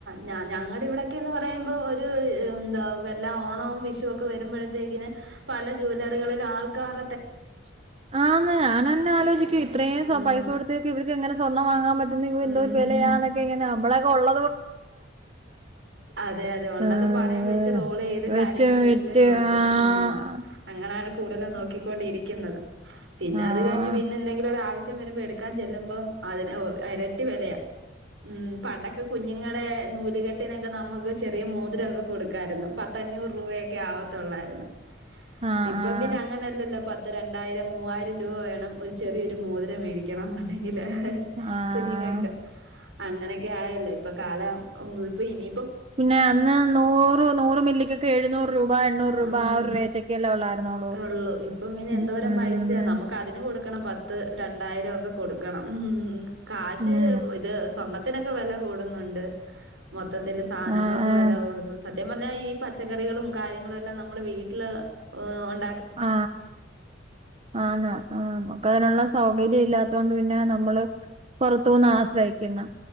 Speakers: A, on the right; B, on the right.
A: ഞ ഞങ്ങടെ ഇവിടെക്കെന്ന് പറയുമ്പോ ഒ ര് എന്താ വല്ല ഓണ വിഷുവൊക്കെ വരുമ്പോഴത്തേക്കിന് പല ജ്വാലറികളില് ആൾക്കാര
B: ആന്ന് ഞാനന്നേ ആലോചിക്ക ഇത്രേയും
A: ഉം
B: പൈസ കൊടുത്ത ഇവർക്ക് എങ്ങനെ സ്വർണം വാങ്ങാൻ പറ്റുന്ന എന്തോ
A: ഉം
B: വിലയാന്നൊക്കെ ഇങ്ങനെ അമ്മളൊക്കെ ഉള്ള
A: അതെ അതെ ഉള്ളത്
B: ഏഹ്
A: പണയം വെച്ച് റോളേയ്ത്
B: വെച്ച്
A: കാര്യങ്ങള്
B: വിറ്റ്
A: വീട്ടിലേ നോക്കും.
B: ആഹ്
A: മ്മ്-അങ്ങനെയാണ് കൂടുതലും നോ ണ്ടിരിക്കുന്നത് പിന്നെ
B: ആഹ്
A: അത് കഴിഞ്ഞ് പിന്നെ എന്തെങ്കിലും ഒരാവശ്യ വരുമ്പോ എടുക്കാൻ ചെല്ലുമ്പം അതിന് ഒ ഇരട്ടി വെലയാ. ഉം പണ്ടോ കുഞ്ഞുങ്ങടെ നൂലുകെട്ടിനൊക്കെ നമുക്ക് സ് ചെറിയ മോതിരോക്കെ കൊടുക്കായിരുന്നു പ പത്തഞ്ഞൂറ് രൂപയൊക്കെ ആവത്തോള്ളായിരുന്നു
B: ആഹ്
A: ഇപ്പം
B: ആഹ്
A: പിന്നെ അങ്ങനെല്ലല്ലോ പ പത്ത് രണ്ടായിരം മൂവായിരം രൂപ വേണം ഒരു ചെറിയൊരു മോതിരം മേടിക്കണം എന്നുണ്ടെങ്കിൽ
B: ആഹ്
A: കുഞ്ഞുങ്ങക്ക് അങ്ങനെയൊക്കെ ആ ഇപ്പൊ കാല ഇപ്പ ഇനി
B: പിന്നെ അന്ന് നൂറ് നൂറ് മില്ലക്കൊക്കെ എഴുന്നൂറ് രൂപ എണ്ണൂറ് രൂപ
A: ഉം
B: ആ ഒരു റേറ്റ് ഒക്കെല്ലേ ഉള്ളായിരുന്നുള്ളൂ
A: ഉള്ളു ഇപ്പം പിന്ന
B: ഉം
A: എന്തോരം
B: ഉം
A: പൈസയാ നമ്മുക്ക് അതിന് കൊടുക്കണം പ പത്ത് രണ്ടായിരം ഒക്കെ കൊടുക്കണം ഉ കാശ്
B: ഉം
A: ഇത് സ്വർണ്ണ ത്തിനൊക്കെ വില കൂടുന്നുണ്ട് മൊ മൊത്തത്തിൽ സാധനങ്ങൾക്ക്
B: ആഹ് ആഹ്
A: വില കൂടുന്നു സത്യം പറഞ്ഞാൽ ഈ പച്ചക്കറികളും കാര്യങ്ങ നമ്മളെല്ലാം വീട്ടില് ഒണ്ട
B: ആ ആ ആന് ആ നമുക്ക് അതിനുള്ള സൗകര്യം ഇല്ലാത്തൊണ്ട് പിന്നെ നമ്മള് പുറത്തു നിന്ന് ആശ്രയിക്കണം